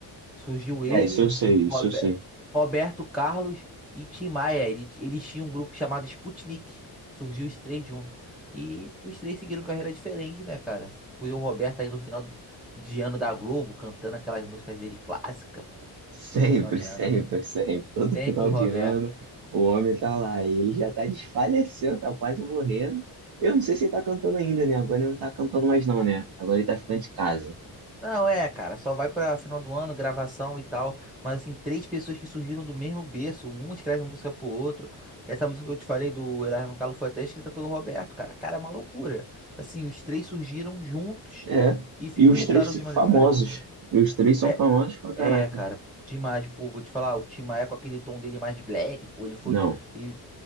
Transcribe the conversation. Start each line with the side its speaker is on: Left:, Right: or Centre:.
Centre: Surgiu ele,
Right: É, isso eu sei, isso
Centre: Robe-
Right: eu sei.
Centre: Roberto Carlos e Tim Maia. Ele- Eles tinham um grupo chamado Sputnik. Surgiu os três juntos. E os três seguiram carreira diferente, né, cara? O Will Roberto aí no final de ano da Globo, cantando aquelas músicas dele clássicas, pô.
Right: Sempre,
Centre: Todo final de
Right: sempre,
Centre: ano.
Right: sempre. Todo
Centre: Sempre
Right: final
Centre: o
Right: de
Centre: Roberto.
Right: ano o homem tá lá. Ele já tá desfaleceu, tá quase morrendo. Eu não sei se ele tá cantando ainda, né? Agora ele não tá cantando mais, não, né? Agora ele tá ficando de casa.
Centre: Não, é, cara, só vai pra final do ano, gravação e tal. Mas, assim, três pessoas que surgiram do mesmo berço, um escreve uma música pro outro. Essa música que eu te falei do Erasmo Carlos foi até escrita pelo Roberto, cara. Cara, é uma loucura. Assim, os três surgiram juntos
Right: É.
Centre: e se
Right: E
Centre: projetaram
Right: os três
Centre: de maneira
Right: famosos.
Centre: diferente.
Right: E os três são
Centre: É,
Right: famosos pra caraca.
Centre: é, cara, demais, pô, vou te falar, o Tim Maia com aquele tom dele mais black, pô, ele foi.
Right: Não,
Centre: Ele,